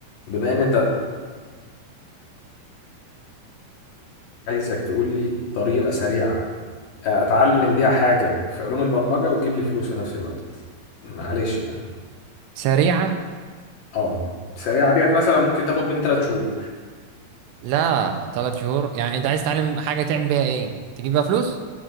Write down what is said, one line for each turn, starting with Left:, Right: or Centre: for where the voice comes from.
Left: بما ان انت عايزك تقول لي طريقة سريعة اتعلم بيها حاجة في علوم البرمجة وتجيب لي فلوس في نفس الوقت معلش يعني
Right: سريعة
Left: اه سريعة ديت مثلا ممكن تاخد مني ثلاث شهور
Right: لا ثلاث شهور يعني انت عايز تتعلم حاجة تعمل بيها ايه تجيب بيها فلوس